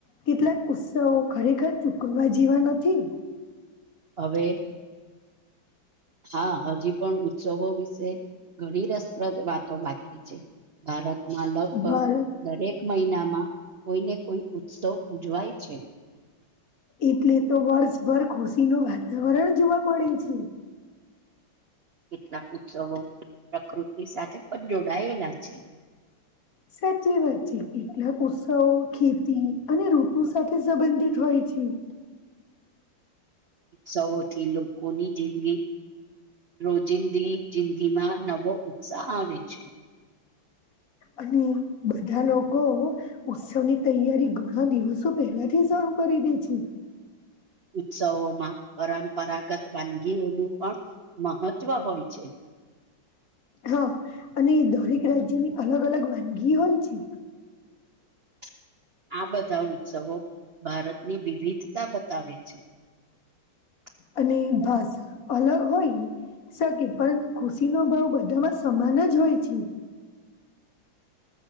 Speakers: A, on the left (about 55°); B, on the right (about 85°).
A: કેટલાક ઉત્સવો ખરેખર ચૂકવવા જ જીવાન નથી
B: હવે હા હજી પણ ઉત્સવો વિશે ઘણી રસપ્રદ વાતો બાકી છે ભારતમાં લગભગ
A: ભારત
B: દરેક મહિનામાં કોઈને કોઈ ઉત્સવ ઉજવાય છે
A: એટલે તો વર્ષભર ખુશીનું વાતાવરણ જોવા મળે છે
B: કેટલાક ઉત્સવો પ્રકૃતિ સાથે પણ જોડાયેલા છે
A: સાચી વાત છે કેટલાક ઉત્સવો ખેતી અને ઋતુ સાથે સંબંધિત હોય જી
B: ઉત્સવોથી લોકોની જિંદગી રોજિંદી જિંદગીમાં નવો ઉત્સાહ આવે છે
A: અને બધા લોકો ઉત્સવની તૈયારી ઘણા દિવસો પેલા થી જ શું કરી દે છે
B: <inaudible> ઉત્સવમાં પરંપરાગત વાનગીઓનું પણ મહત્વ હોય છે
A: હા અને દરેક રાજ્યની અલગ અલગ વાનગી હોય છે
B: <inaudible> આ બધા ઉત્સવો ભારતની વિવિધતા બતાવે છે <inaudible>
A: અને ભાષા અલગ હોય સકે પરંતુ ખુશીનોો ભાવ બધામાં સમાન જ હોય છે